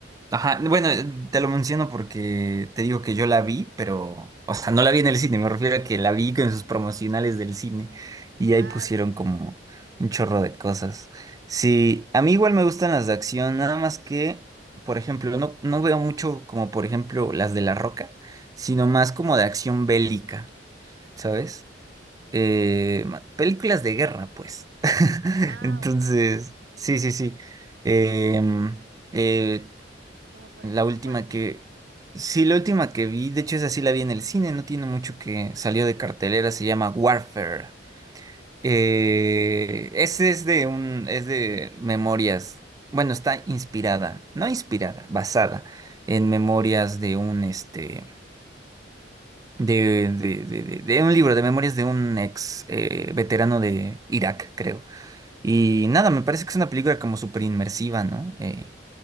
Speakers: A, on the right (about 20°); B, on the right (about 65°).
A: Ajá, bueno, te lo menciono porque te digo que yo la vi, pero, o sea, no la vi en el cine, me refiero a que la vi con sus promocionales del cine y
B: Ah,
A: ahí pusieron
B: ya.
A: como un chorro de cosas. Sí,
B: Sí.
A: a mí igual me gustan las de acción, nada más que, por ejemplo, no, no veo mucho como, por ejemplo, las de La Roca, sino más como de acción bélica, ¿sabes?
B: Mm.
A: Eh, ma- películas de guerra, pues. <laughs>
B: Ah,
A: Entonces,
B: ok, ok.
A: sí, sí, sí. Em, Eh,
B: Como por
A: la
B: ejemplo,
A: última
B: ¿cuál?
A: que... Sí, la última que vi, de hecho esa sí la vi en el cine, no tiene mucho que salió de cartelera, se llama Warfare. Eh, ese es de un... es de memorias, bueno, está inspirada, no inspirada, basada en memorias de un, este, de, de, de, de- de un libro, de memorias de un ex eh, veterano de Irak, creo. Y nada, me parece que es una película como súper inmersiva, ¿no? Eh,